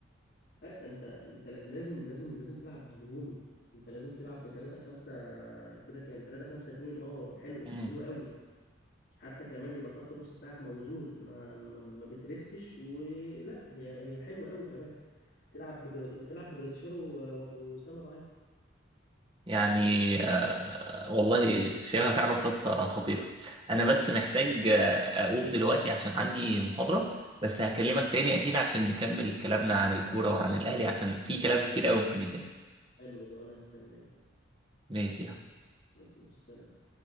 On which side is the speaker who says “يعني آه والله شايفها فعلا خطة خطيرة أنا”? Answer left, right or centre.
Right